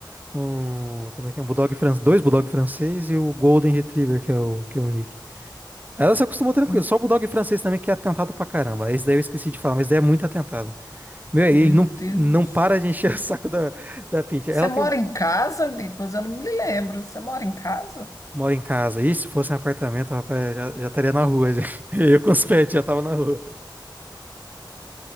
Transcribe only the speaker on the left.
Hum.
Meu
Deus.
Você
mora
em casa, Nicolas? Eu não me lembro. Você mora em casa?